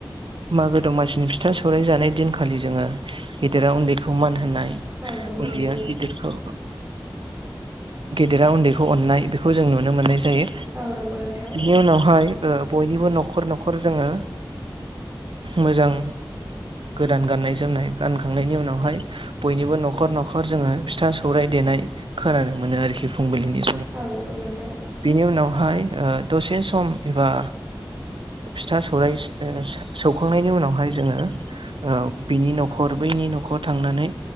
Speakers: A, on the right (about 85°); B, on the right (about 30°).
A: मागो दमासिनि फिथा सौराइ जानाय दिनखालि जोङो गेदेरा उन्दैखौ मान होनाय
B: औ नंगौ
A: उनदैया
B: नोंथां
A: गिदिरखौ गेदेरा उन्दैखौ अननाय बेखौ जों नुनो मोननाय जायो
B: औ नंगौ नोंथां
A: बेनि उनावहाय बयनिबो न'खर न'खर जोङो मोजां गोदान गाननाय जोमनाय गानखांनायनि उनावहाय बयनिबो न'खर न'खर जोङो फिथा सौर देनाय खोनानो मोनो आरोखि फुंबिलिनि समाव
B: औ नंगौ नोंथां
A: बेनि उनावहाय दसे सम एबा फिथा सौराय सौखांनायनि उनावहाय जोङो बिनि न'खर बैनि न'खर थांनानै